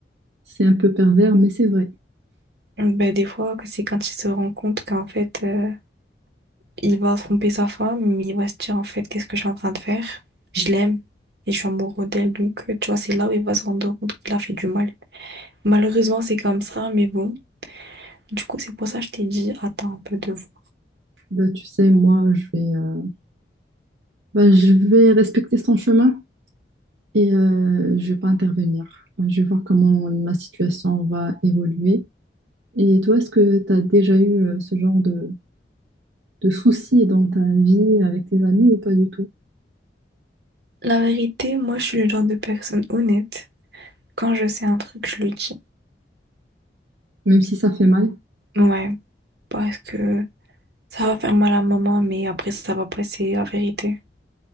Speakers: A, on the right; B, on the right.
A: C'est un peu pervers, mais c'est vrai.
B: Ben, des fois, c'est quand ils se rendent compte qu'en fait... euh, il va tromper sa femme, il va se dire en fait qu'est-ce que je suis en train de faire? Je l'aime et je suis amoureux d'elle. Donc, euh, tu vois, c'est là où il va se rendre compte qu'il a fait du mal. Malheureusement, c'est comme ça, mais bon. Du coup, c'est pour ça que je t'ai dit, attends un peu de voir.
A: Bah, tu sais, moi, je vais, euh, bah, je vais respecter son chemin. et euh, je vais pas intervenir. Euh, Je vais voir comment ma situation va évoluer. Et toi, est-ce que tu as déjà eu euh, ce genre de, de soucis dans ta vie avec tes amis ou pas du tout?
B: La vérité, moi, je suis le genre de personne honnête. Quand je sais un truc, je le dis.
A: Même si ça fait mal,
B: Ouais, parce que ça va faire mal à maman, mais après, ça va passer, la vérité.